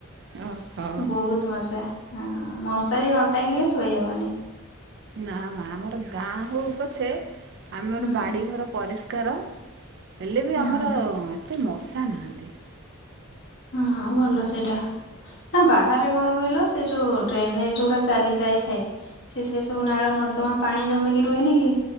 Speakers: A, on the right; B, on the left.
A: ଓହୋ
B: ବହୁତ ମଶା ହଁ ମଶାରୀ ନ ଟାଙ୍ଗିଲେ ଶୋଇହବନି।
A: ନା ମା ଆମର ଗାଁ ହଉ ପଛେ ଆମର
B: ହୁଁ
A: ବାଡି ଘର ପରିଷ୍କାର ହେଲେ ବି
B: ହୁଁ।
A: ଆମର ଏତେ ମଶା ନାହାଁନ୍ତି।
B: ହଁ ଭଲ ସେଇଟା। ନା ବାହାରେ କଣ କହିଲ ସେ ଯୋଉ ଡ୍ରେନେଜ ଗୁଡା ଚାଲି ଯାଇଥାଏ ସେଥିରେ ସବୁ ନାଳ ନର୍ଦ୍ଦମା ପାଣି ଜମକି ରୁହେନି କି